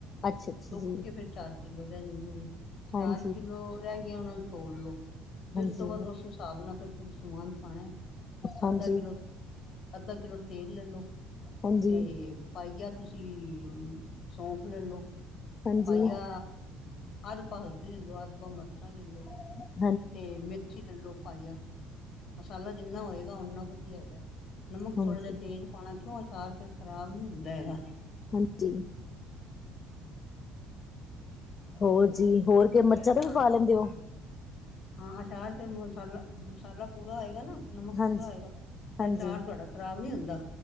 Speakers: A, on the left (about 35°); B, on the left (about 60°).
A: ਅੱਛਾ ਅੱਛਾ
B: ਸੁੱਕ
A: ਜੀ
B: ਕੇ ਫਿਰ ਚਾਰ ਕਿੱਲੋ ਰਹਿ ਜਾਂਦੀਆਂ ਨੇ,
A: ਹਾਂਜੀ
B: ਚਾਰ ਕਿੱਲੋ ਰਹਿ ਗਈਆਂ ਉਹਨਾਂ ਨੂੰ ਤੋਲ ਲੋੋ। ਫਿਰ
A: ਹਾਂਜੀ
B: ਉਸ ਤੋਂ ਬਾਅਦ ਉਸ
A: ਹਾਂਜੀ
B: ਹਿਸਾਬ ਨਾਲ ਫਿਰ ਤੁਸੀਂ ਸਮਾਨ ਪਾਣਾ।
A: ਹਾਂਜੀ
B: ਅੱਧਾ ਕਿੱਲੋ ਅੱਧਾ ਕਿੱਲੋ ਤੇਲ ਲੈ ਲੋ।
A: ਹਾਂਜੀ
B: ਤੇ ਪਾਈਆ ਤੁਸੀਂ ਸੌਂਫ ਲੈ ਲੋ।
A: ਹਾਂਜੀ
B: ਪਾਈਆ ਅੱਧ ਪਾ ਹਲਦੀ ਲੈ ਲੋ, ਅੱਧ ਪਾ ਮਿਰਚਾਂ ਲੈ ਲੋ।
A: ਹਾਂ।
B: ਤੇ ਮੇਥੀ ਲੈ ਲੋ ਪਾਈਆ। ਮਸਾਲਾ ਜਿੰਨਾ ਹੋਏਗਾ ਓਨਾ ਵਧੀਆ ਹੈਗਾ। ਨਮਕ
A: ਹਾਂਜੀ
B: ਥੋੜ੍ਹਾ ਜਿਹਾ ਤੇਜ਼ ਪਾਉਣਾ ਕਿਉਂ ਅਚਾਰ ਫਿਰ ਖਰਾਬ ਨੀ ਹੁੰਦਾ ਹੈਗਾ।
A: ਹਾਂਜੀ। ਹੋਰ ਜੀ ਹੋਰ ਕੇ ਮਿਰਚਾਂ
B: ਫੇਰ ਨਾ,
A: ਤੇ ਵੀ ਪਾ ਲੈਂਦੇ ਹੋ
B: ਹਾਂ ਅਚਾਰ ਫਿਰ ਮਸਾਲਾ -ਮਸਾਲਾ ਪੂਰਾ ਹੋਏਗਾ ਨਾ। ਨਮਕ
A: ਹਾਂਜੀ
B: ਪੂਰਾ ਹੋਏਗਾ ਤੇ
A: ਹਾਂਜੀ
B: ਅਚਾਰ ਤੁਹਾਡਾ ਖ਼ਰਾਬ ਨੀ ਹੁੰਦਾ।